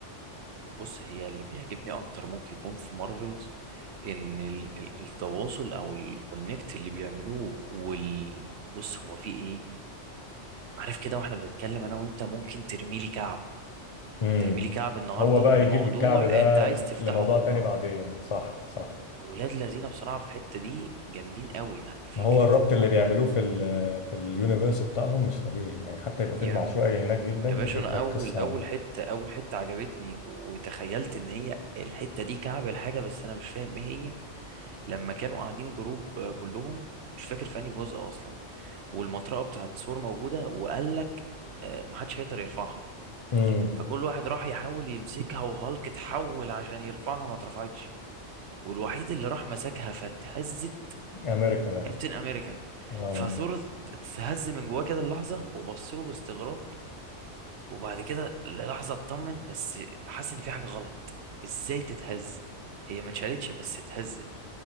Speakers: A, on the right (about 65°); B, on the left (about 40°).
A: بص هي اللي بيعجبني اكتر ممكن يكون في مارفلز ان ال ال التواصل او الكونكت اللي بيعملوه وال بص هو في ايه عارف كده واحنا بنتكلم انا وانت ممكن ترميلي كعب
B: امم
A: ترميلي كعب النهارده
B: هو بقى
A: لموضوع
B: يجيب الكعب ده
A: انت عايز تفتحه
B: لموضوع
A: بكره
B: تاني بعدين صح صح
A: ولاد لذينه بصراحه في الحته دي جامدين قوي يعني فكره
B: ما هو الربط
A: ان
B: اللي
A: هو
B: بيعملوه في ال في اليونيفرس بتاعهم مش طبيعي يعني حتى يبقى فيلم
A: يا
B: عشوائي هناك جدا
A: يا
B: يجيب
A: باشا انا
B: لك
A: اول
B: قصة
A: اول
B: عنه
A: حته اول حته عجبتني وتخيلت ان هي الحته دي كعب الحاجه بس انا مش فاهم ايه هي لما كانوا قاعدين جروب آه، كلهم مش فاكر في انهي جزء اصلا والمطرقه بتاعت سور موجوده وقال لك آه، محدش هيقدر يرفعها
B: امم
A: فكل واحد راح يحاول يمسكها وهالك اتحول عشان يرفعها ما اترفعتش والوحيد اللي راح مسكها فاتهزت
B: امريكا بقى
A: كابتن امريكان
B: اه
A: فثور اتهز من جواه كده اللحظه وبص له باستغراب وبعد كده للحظه اطمن بس حاسس ان في حاجه غلط ازاي تتهز هي ما اتشالتش بس اتهزت